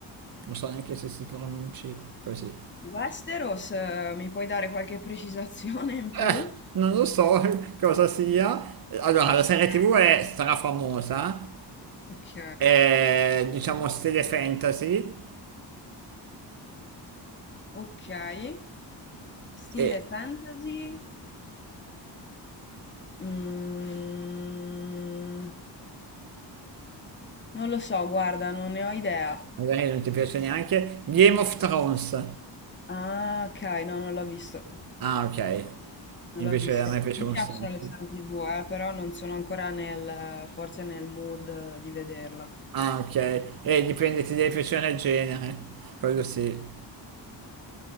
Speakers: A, on the right (about 55°); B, on the left (about 25°).
A: Non so neanche se si pronunci così.
B: Westeros, eh, mi puoi dare qualche precisazione in
A: Eh,
B: più?
A: non lo so <laughs> cosa sia. Allora,
B: Ok,
A: la serie TV è strafamosa,
B: ok,
A: è diciamo stile fantasy
B: ok. Stile
A: e
B: fantasy, Mm, non lo so, guarda, non ne ho idea.
A: magari non ti piace neanche Game of Thrones.
B: Ah, ok, no, non l'ho visto.
A: Ah, ok.
B: Non
A: Invece
B: l'ho visto.
A: a me piaceva
B: Mi piacciono
A: un sacco.
B: le serie TV, eh, però non sono ancora nel, forse nel mood eh, di vederla.
A: Ah, ok. E dipende, ti deve piacere il genere. Quello sì.